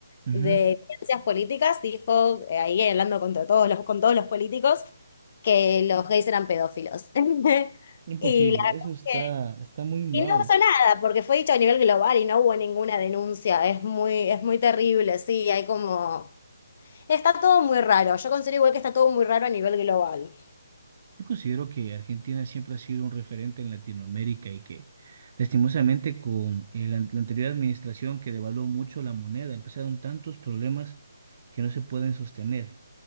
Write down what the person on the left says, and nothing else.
de ciencias políticas, dijo, eh, ahí hablando contra todos los, con todos los políticos, que los gays eran pedófilos. <laughs>
Y la verdad
es que,
y no pasó nada, porque fue dicho a nivel global y no hubo ninguna denuncia. Es muy, es muy terrible, sí, hay como. Está todo muy raro. Yo considero igual que está todo muy raro a nivel global.